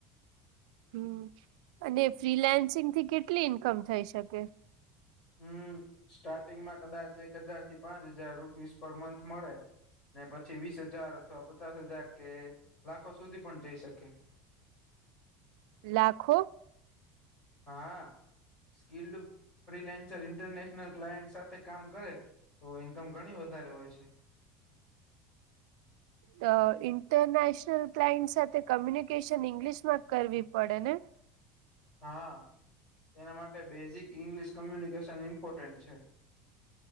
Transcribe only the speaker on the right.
હમ અને ફ્રીલાન્સિંગ થી કેટલી ઈન્કમ થઈ શકે
લાખો
તો ઇન્ટરનેશનલ ક્લાઇન્ટ સાથે કોમ્યુનિકેશન ઇંગ્લિશ માં કરવી પડે ને